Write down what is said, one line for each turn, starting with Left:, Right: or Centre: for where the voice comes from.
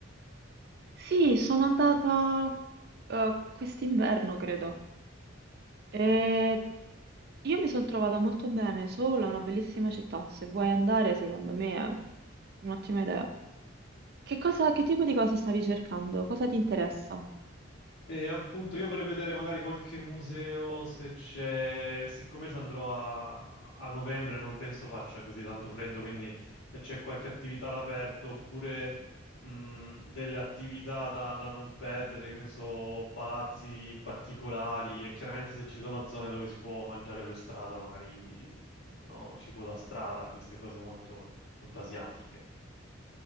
Right: Sì, sono andata eh, quest'inverno, credo. E io mi sono trovata molto bene, sola, una bellissima città. Se vuoi andare, secondo me è un'ottima idea. Che cosa, che tipo di cose stavi cercando? Cosa ti interessa?
Left: E appunto io vorrei vedere magari qualche museo se c'è, siccome ci andrò a, a novembre non penso faccia così tanto freddo, quindi se c'è qualche attività all'aperto oppure mh, delle attività da, da non perdere, che ne so, palazzi particolari e chiaramente se ci sono zone dove si può mangiare per strada, magari no, cibo da strada, queste cose molto, molto asiatiche.